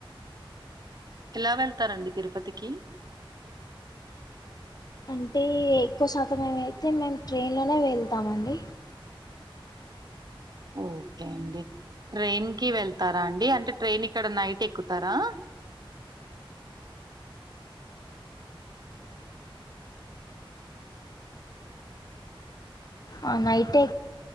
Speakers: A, on the right (about 45°); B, on the left (about 45°).
A: ఎలా వెళ్తారండి తిరుపతికి.
B: అంటే ఎక్కువ శాతం ఏమైతే మేము ట్రైన్లోనే వెళ్తామండి.
A: ఓకే అండి ట్రైన్ కి వెళ్తారా అండి అంటే ట్రైన్ ఇక్కడ నైట్ ఎక్కుతారా.
B: ఆ నైటే.